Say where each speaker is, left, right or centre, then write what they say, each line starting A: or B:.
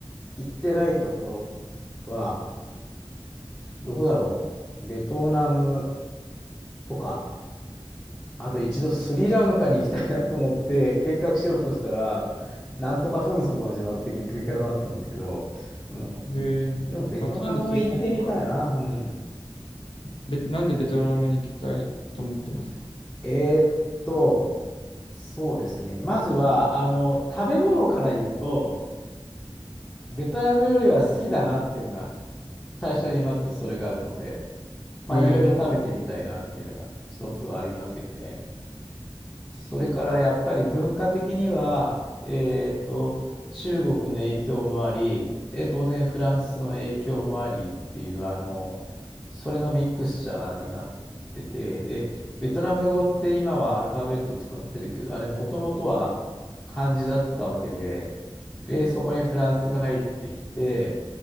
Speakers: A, on the left; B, on the left.
A: 行ってないところは、どこだろう。ベトナムとか、あと一度スリランカに行きたいなと思って計画しようとしたら、なんとか紛争が始まって結局行かなかったんですけど、うん。
B: ええまたなんでスリランカが、
A: でもベトナム行ってみたいな。うん。
B: べ、なんでベトナムに行きたいと思ってますか
A: えーっと、そうですね。まずは、あの、食べ物から言うと、ベトナム料理は好きだなっていうのが、最初にまずそれがあるので、まあ、
B: ええ
A: いろいろ食べてみたいなっていうのが、一つはありますよね。それからやっぱり文化的には、えーっと、中国の影響もあり、で、当然フランスの影響もありっていう、あの、それのミクスチャーになってて、で、ベトナム語って今はアルファベット使ってるけど、あれもともとは漢字だったわけで、で、そこにフランスが入ってきて、